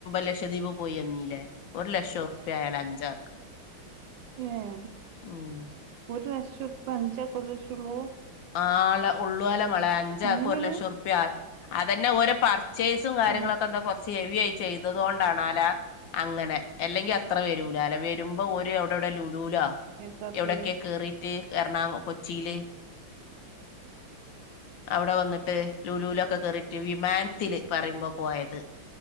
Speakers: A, on the left (about 70°); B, on the right (about 70°).
A: ലക്ഷദ്വീപ് പോയി എന്നീലേ ഒരു ലക്ഷം ഉറുപ്പ്യ ആയാലൊ അഞ്ചാക്ക്
B: <inaudible> എഹ്
A: ഉം
B: ഒരു ലക്ഷം ഉറുപ്യ അഞ്ചാക്ക് ഒരു ലക്ഷംള്ളു
A: ആളെ ഉള്ളുലെ മാളെ അഞ്ചാക്ക്ഒരു
B: അങ്ങനേണ്
A: ലക്ഷം ഉറുപ്യ അതന്നെ ഓര് പറ ചേയ്സും
B: ഇതെന്താ
A: കാര്യങ്ങളൊക്കെ കൊറച്ച് ഹെവി ആയി ചെയ്തതോണ്ടാണാലാ അങ്ങനെ അല്ലെങ്കി അത്ര വരൂലാ ലോ വരുമ്പോ ഓര് അവിടെ എവിടെ ലൂലൂലോ
B: കേക്കാത്തെ
A: എവിടൊക്കെ കേറിട്ട് എറണാകു കൊച്ചില് അവിടെ വന്നിട്ട് ലുലൂലൊക്കെ കേറിട്ട് വിമാനത്തിൽ പറി മ്പം പോയത്.